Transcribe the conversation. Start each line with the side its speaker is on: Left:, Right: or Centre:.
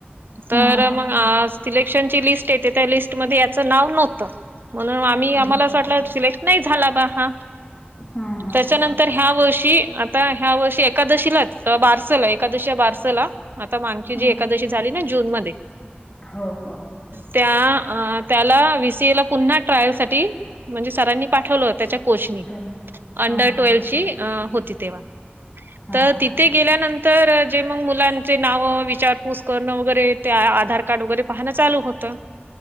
Right: तर
Left: हा
Right: मग आज. सिलेक्शन ची लिस्ट येते त्या लिस्ट मध्ये याचं नाव नव्हतं म्हणून आम्ही आम्हाला
Left: बर
Right: असं वाटलं सिलेक्ट. नाही झाला बा हां
Left: हा हा
Right: त्याच्यानंत- <inaudible> तर ह्या वर्षी आता ह्या वर्षी एकादशीलाच तर बारसला एकादशी बारसला आता मागची जी
Left: ह
Right: एकादशी झाली ना जून मध्ये.
Left: हो हो
Right: त्या त्याला विसीएला ला पुन्हा ट्रायल साठी म्हणजे सरांनी पाठवलं त्याच्या कोचनी
Left: आठवलं
Right: अंडर
Left: हा हा
Right: ट्वेलं ची अं होती तेव्हा.
Left: हा
Right: तर तिथे गेल्यानंतर जे मग मुलांचे नाव विचारपूस करणं वगैरे ते आधार कार्ड वगैरे पाहणं चालू होतं.